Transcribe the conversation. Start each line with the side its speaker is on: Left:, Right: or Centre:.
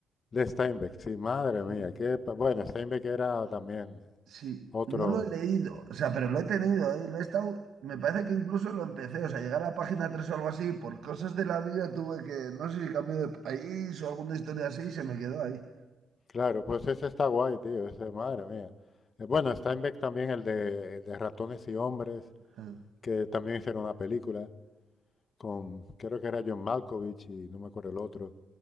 Left: de Steinbeck. Sí, madre mía,
Right: Sí.
Left: que bueno, Steinbeck era también
Right: Sí,
Left: otro,
Right: no lo he leído, o sea, pero lo he tenido ahí, lo he estado, me parece que incluso lo empecé, o sea, llegar a la página 3 o algo así, por cosas de la vida tuve que, no sé si cambio de país o alguna historia así, y se me quedó ahí.
Left: claro, pues ese está guay, tío, ese, madre mía. Eh, bueno, Steinbeck también el de, de Ratones y Hombres,
Right: <laughs>
Left: que también hicieron una película con, creo que era John Malkovich y no me acuerdo el otro.